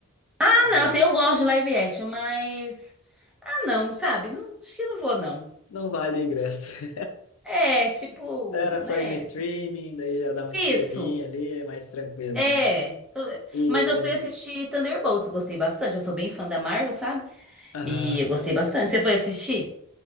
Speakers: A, in the centre; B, on the left (about 75°).
A: Ah,
B: Do-
A: não, assim, eu gosto de live action, mas. Ah, não, sabe? Não, acho que não vou, não.
B: Não vale o ingresso. <laughs>
A: É, tipo,
B: Espera
A: né?
B: sair no streaming, daí já dá uma espiadinha
A: Isso,
B: ali, é mais tranquilo,
A: é.
B: né?
A: Eu-
B: E,
A: Mas eu fui assistir Thunderbolts, gostei bastante. Eu sou bem fã da Marvel, sabe?
B: aham.
A: E eu gostei bastante. Você foi assistir?